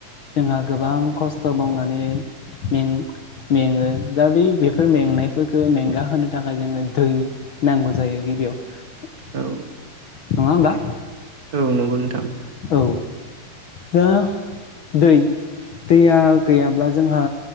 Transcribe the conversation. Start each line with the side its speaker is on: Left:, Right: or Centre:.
Left: जोंहा गोबां खस्थ' मावनानै मेङो दा बे बेफोर मेंनायफोरखौ मेंगााहो थाखाय जोङो दै नांगौ जायो गिबियाव
Right: औ।
Left: नङा होमबा?
Right: औ नंगौ नोंथां।
Left: औ जों दै दैया गैयाब्ला जोंहा